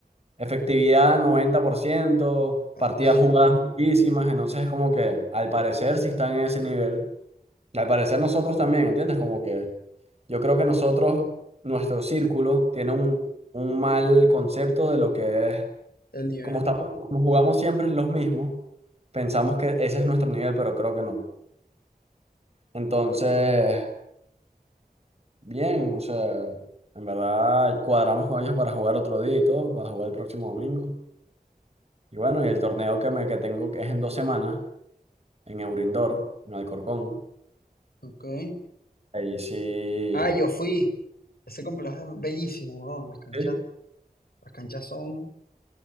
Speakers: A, on the right; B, on the left.
A: efectividad 90%
B: Ah,
A: partidas
B: ok.
A: jugadas muchísimas, entonces es como que al parecer si están en ese nivel. Al parecer nosotros también, ¿entiendes? Como que yo creo que nosotros, nuestro círculo, tiene un, un mal concepto de lo que es,
B: El nivel.
A: como estamos, como jugamos siempre los mismos, pensamos que ese es nuestro nivel, pero creo que no. Entonces,
B: Claro.
A: bien, o sea, en verdad cuadramos con ellos para jugar otro día y todo, para jugar el próximo domingo. Y bueno, y el torneo que me que tengo que es en dos semanas, en Eurindor, en Alcorcón.
B: Ok.
A: Ahí sí,
B: Ah, yo fui. Ese complejo es bellísimo, weón. Las canchas.
A: sí,
B: Las canchas son